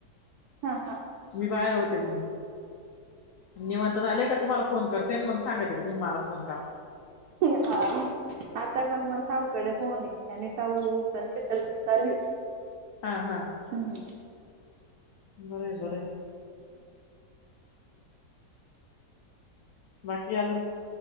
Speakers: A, on the right; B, on the left.
A: हा हा
B: मी बाहेर होते म्हणे निवांत झाले का तुम्हाला फोन करते मग सांगाते का तुम्ही मला फोन करा.
A: ते हा आता पण म साऊकडे फोन ये. आणि सावू संचिता चाल्ली.
B: हा हा.
A: हूं हूं
B: बरय बरय. बाकी अजून